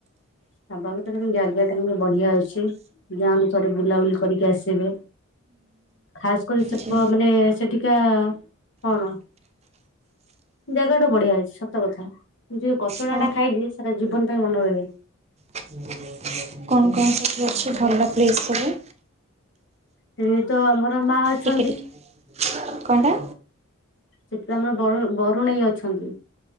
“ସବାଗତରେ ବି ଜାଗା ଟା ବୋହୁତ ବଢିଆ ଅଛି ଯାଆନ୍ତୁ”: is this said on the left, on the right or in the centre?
Left